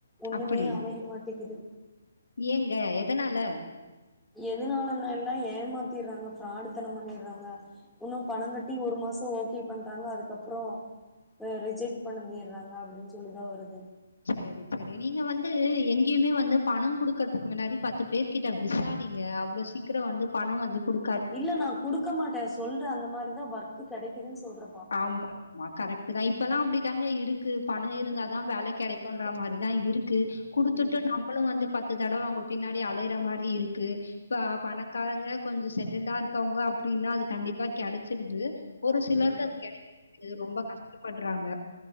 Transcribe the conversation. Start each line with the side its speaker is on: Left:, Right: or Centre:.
Centre: ஒண்ணுமே
Left: அப்படியா?
Centre: அமைய மாட்டிகுது
Left: ஏங்க எதனால
Centre: எதுனாலன எல்லா ஏமாத்திர்றாங்க ஃபிராடுத்தனோ பண்ணிர்றாங்க இன்னு பணம் கட்டி ஒரு மாசம் ஓக்கே பண்றாங்க அதுக்கப்றோ ரிஜெக்ட் பண்ணிர்றாங்க அப்டின்னு சொல்லிதா வருது
Left: செரி செரி நீங்க வந்து எங்கேயுமே வந்து பணம் குடுக்கறதுக்கு முன்னாடி பத்து பேர் கிட்ட விசாரிங்க அவ்ளோ சீக்கிரம் வந்து பணம் வந்து குடு
Centre: இல்ல நா குடுக்க மாட்ட சொல்ற அந்த மாரிதா ஒர்க்க் கெடைக்குதுன் சொல்ற
Left: ஆமா ஆமா கரெக்ட்டு தா இப்பல்லா அப்டிதாங்க இருக்கு பணோ இருந்தாதா வேல கெடக்கும்ன்ற மாரிதா இருக்கு குடுத்துட்டு
Centre: ம்
Left: நம்பளு வந்து பத்து தடவ அவங்க பின்னாடி அலயற மாரி இருக்கு இப்ப பணக்காரங்க கொஞ்சோ செட்டில்டா இருக்கவங்க அப்படின்னா அது கண்டிப்பா கெடச்சிருது ஒரு சிலருக்கு
Centre: ம்
Left: அது கெடைக்கமாட்டேங்குது ரொம்ப கஷ்டப்படுறாங்க